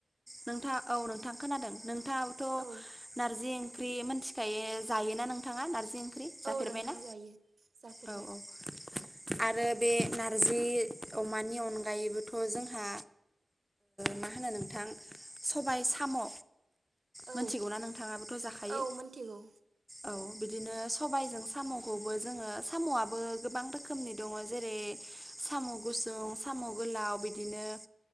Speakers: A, in the centre; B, on the right.
A: नोंथाङा औ नोंथां खोनादों नोंथाङाबोथ'
B: औ
A: नारजि ओंख्रि मोनथिखायो जायोना नोंथाङा नारजि ओंख्रि जाफेरबायना
B: औ नोंथां जायो जाफेरबाय
A: औ औ आरो बे नारजि अमानि अनगायैबोथ' जोंहा मा होनो नोंथां सबाय साम'
B: औ
A: मोनथिगौना नोंथाङाबोथ' जाखायो
B: औ मोनथिगौ
A: औ बिदिनो सबायजों साम'खौबो जोङो साम'आबो गोबां रोखोमनि दङ जेरै साम' गुसुं साम' गोलाव बिदिनो